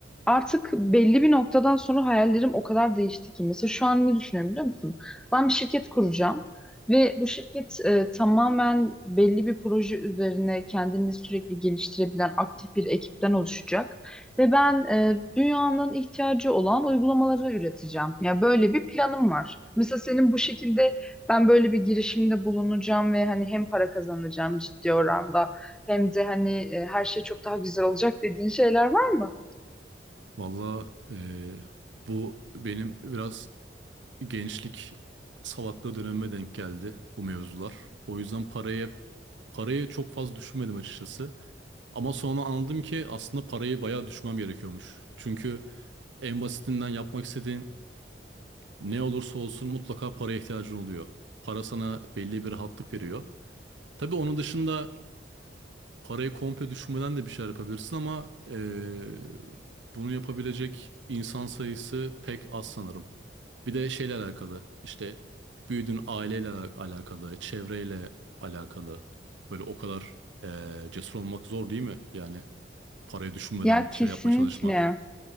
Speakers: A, in the centre; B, on the right.
A: artık belli bir noktadan sonra hayallerim o kadar değişti ki. Mesela şu an ne düşünüyorum biliyor musun? Ben bir şirket kuracağım ve bu şirket e, tamamen belli bir proje üzerine kendini sürekli geliştirebilen aktif bir ekipten oluşacak. Ve ben e, dünyanın ihtiyacı olan uygulamaları üreteceğim. Yani böyle bir planım var. Mesela senin bu şekilde ben böyle bir girişimde bulunacağım ve hani hem para kazanacağım ciddi oranda hem de hani e, her şey çok daha güzel olacak dediğin şeyler var mı?
B: Valla eee, bu benim biraz gençlik salaklığı dönemime denk geldi bu mevzular. O yüzden parayı parayı çok fazla düşünmedim açıkçası. Ama sonra anladım ki aslında parayı bayağı düşünmem gerekiyormuş. Çünkü en basitinden yapmak istediğin ne olursa olsun mutlaka paraya ihtiyacın oluyor. Para sana belli bir rahatlık veriyor. Tabii onun dışında parayı komple düşürmeden de bir şeyler yapabilirsin ama eee, bunu yapabilecek insan sayısı pek az sanırım. Bir de şeyle alakalı işte büyüdüğün aileyle ala- alakalı, çevreyle alakalı. Böyle o kadar eee, cesur olmak zor değil mi? Yani parayı düşünmeden
A: Ya
B: bir
A: kesinlikle.
B: şey yapmaya çalışmak.